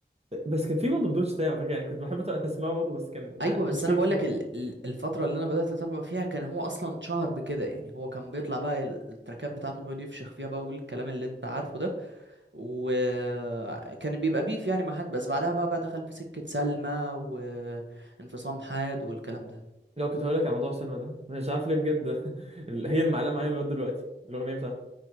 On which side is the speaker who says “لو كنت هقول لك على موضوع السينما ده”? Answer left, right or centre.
Right